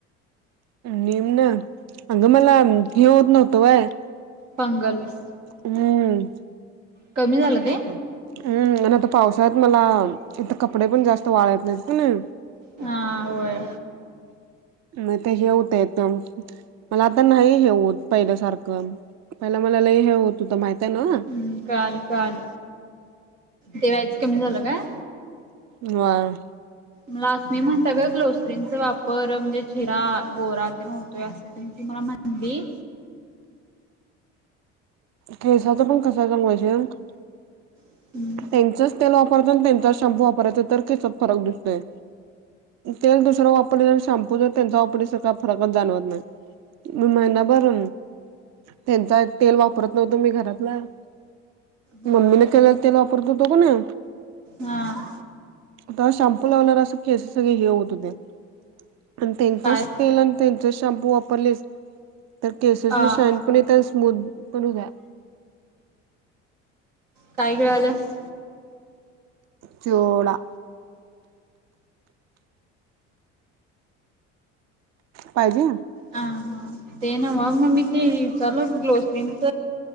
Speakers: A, on the right (about 45°); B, on the right (about 80°).
A: नेमनं, अगं मला हे होत नव्हतंय होय.
B: फंगल्स.
A: हम्म.
B: कमी झालं ते?
A: हम्म, आता पावसात मला इथ कपडे पण जास्त वाळत नाहीत अशे.
B: हा, होय.
A: मग ते हे होत <unintelligible> मला आता नाही हे होत पहिल्या सारखं. पहिला मला लयं हे होत, होत माहितीये नव्हं.
B: हम्म, काल, काल ते व्हायचं कमी झालं काय?
A: व्हंय.
B: मला आसमी म्हणता गं, ग्लोसरीनच वापर म्हणजे चेहरा गोरा ते न होतोय असं. ती मला म्हणली.
A: केसांच पण कसं. <unintelligible>
B: हम्म
A: त्यांचच तेल वापरायचं आणि त्यांचाच शाम्पू वापरायचा तर केसांत फरक दिसतोय. तेल दुसरं वापरले आणि शाम्पू जर त्यांचा वापरल्या तर काय फरकच जाणवत नाही. महिनाभर त्यांचा तेल वापरत नव्हतं मी घरातलं.
B: होय
A: मम्मीने केलेलं तेल वापरत होतो कने
B: हा.
A: तवा शाम्पू लावणार असं कसे सगळे हे होत, होते. पण त्यांचंच
B: काय
A: तेल आणि त्यांचे शाम्पू वापरलेस तर केसांने
B: अ
A: शाईन पण इथं स्मूद पण होत्या.
B: काय गिळाल्यास?
A: चिव.. डा. पाहिजे?
B: हं, हा. ते नव्हं, मग मी ते चारलो ग्लोसरीनच